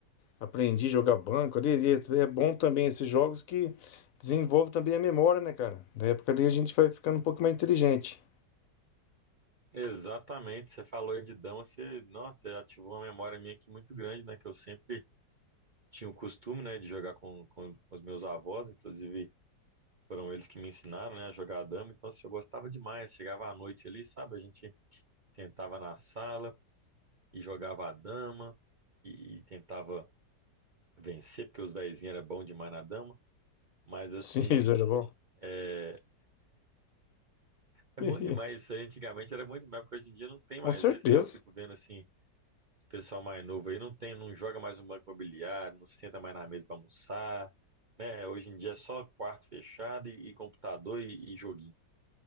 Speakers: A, on the left; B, on the right.
A: Aprendi a jogar banco ali, e é é bom também esses jogos que desenvolve também a memória, né, cara? Na época ali a gente vai ficando um pouco mais inteligente.
B: Exatamente, você falou aí de dama, você, nossa, você ativou uma memória minha aqui muito grande, né? Que eu sempre tinha o costume, né, de jogar com, com, os meus avós, inclusive foram eles que me ensinaram, né, a jogar dama. Então, assim, eu gostava demais. Chegava à noite ali, sabe? A gente sentava na sala e jogava a dama e, e tentava vencer, porque os vezinhos eram bons demais na dama. Mas, assim,
A: Sim, <laughs> isso era bom.
B: é, É
A: <laughs>
B: bom demais isso aí. Antigamente era bom demais, porque hoje em dia não tem
A: Com
B: mais
A: certeza.
B: isso, né? Eu fico vendo assim, esse pessoal mais novo aí não tem, não joga mais um banco imobiliário, não senta mais na mesa para almoçar, né? Hoje em dia é só quarto fechado e, e computador e, e joguinho.